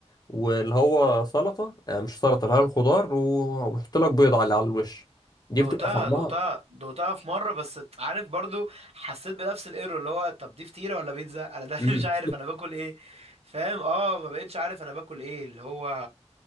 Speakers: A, on the left (about 35°); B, on the right (about 60°).
A: واللي هو سلطه آه، مش سلطه اللي هي الخضار و- وبيحط لك بيض على على الوش دي
B: دقتها
A: بتبقى طعمها
B: دقتها دقتها في مره بس عارف برضو حسيت بنفس الايرور اللي هو طب دي فطيره ولا بيتزا انا ده
A: امم
B: <laughs> مش عارف انا باكل ايه فاهم اه ما بقتش عارف انا باكل ايه اللي هو